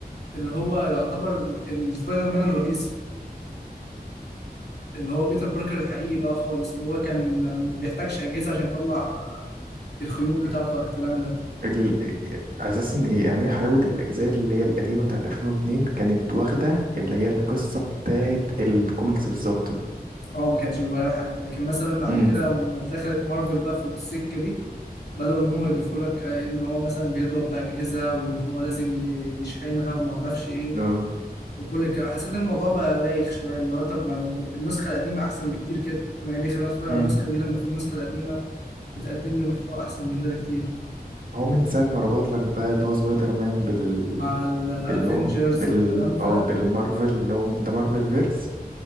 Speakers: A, on the left; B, on the right.
A: اللي هو يعتبر السبايدر مان الرئيسي اللي هو بيتر باركر الحقيقي بقى خالص اللي هو كان ما بيحتاجش اجهزه عشان يطلع الخيوط بتاعته ولا الكلام ده
B: ال... اساسا إيه يعني حلاوه الاجزاء اللي هي القديمه بتاعت 2002 كانت واخده اللي هي القصه بتاعت الكوميكس بالظبط
A: اه ما كانتش مغيره حاجه لكن مثلا بعد
B: امم
A: كده لما دخلت مارفل بقى في السكه دي بدأوا إن هم يضيفوا لك آه، إن هو مثلا بيضرب بأجهزة وإن هو لازم ي- يشحنها وما أعرفش إيه
B: ده
A: وكل كده حسيت إن الموضوع بقى بايخ شويه اللي هو طب ما هو النسخه القديمه احسن بكتير كده انا ايه اللي خلاني اتفرج
B: امم
A: على النسخه دي لما في النسخه القديمه بتقدم لي محتوى احسن من ده بكتير
B: هو من ساعه ما ربط لك بقى اللي هو سبايدر مان بال
A: مع الافينجرز
B: بال بال
A: والكلام ده
B: او بالمارفل اللي هو ده مارفل فيرس